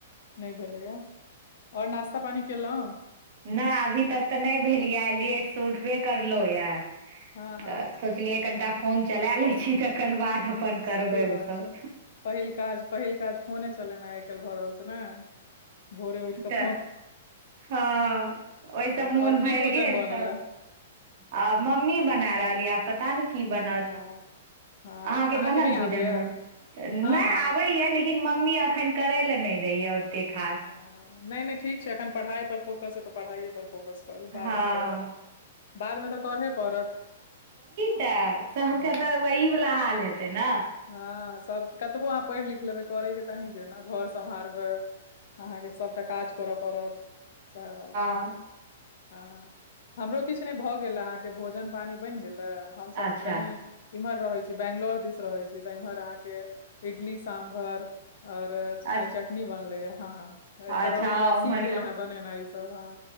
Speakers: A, on the left; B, on the right.
A: नैय भेलैय आओर नास्ता पानी कैलोउ
B: नै अभी तक तऽ नहि भेल यै आइ लेटसँ उठबे करलहुँ यऽ
A: हँ हँ
B: तऽ सोचलियै कनिटा फोन चलै लै छी तकर बाद- अपन
A: सही
B: करबै
A: बात
B: ओसभ
A: छैय पहिल काज पहिल काज फोने चलेनाइ आइ काल्हि भऽ रहल छैय नै? भोरे उठि क
B: <unintelligible> हँ ओहिसँ
A: हँ
B: मोन
A: आओर
B: भरि
A: की भोजन
B: गेल
A: बनल
B: तऽ
A: ह
B: आ मम्मी बना रहल यऽ आ पता नैय की बनत।
A: हँ हँ
B: अहाँके बनल
A: नहि आबैया
B: भोजन भात
A: हँ
B: नैय
A: हँ
B: आबै यै लेकि लेकिन मम्मी अखन करे लय नैय दय यै ओते खा
A: हँ नैय नैयठीक छैय अखन पढ़ाई पर फोकस य तऽ पढ़ाइए पर फोकस करू
B: हँ
A: बादमे करब बादमे तऽ करहे पड़त।
B: तैयसबके
A: हूँ
B: तऽ वही वला हाल हेतै नैय
A: हँ सबके कि कतबो अहाँ पढ़ लिख लेबै। करय के तऽ अहिके अय न घर सम्हारबै अहाँके सबटा काज करऽ पड़त। सेहा बात छैय।
B: ओर
A: हँ हमरो किछु नहि भऽ गेल अहाँके भोजन पानी बनि गेल हमसभ
B: अच्छा
A: कनि इम्हर रहय छी बैंगलोर दिस रहै छी तऽ इम्हर अहाँके इडली साम्भर और
B: अच्छा
A: आइ चटनी बनले या हा हा एतऽ
B: अच्छा
A: रहैत -रहैत
B: उम्हरका
A: सीख गोलोउहें बनेनाइ ई सब हाँ।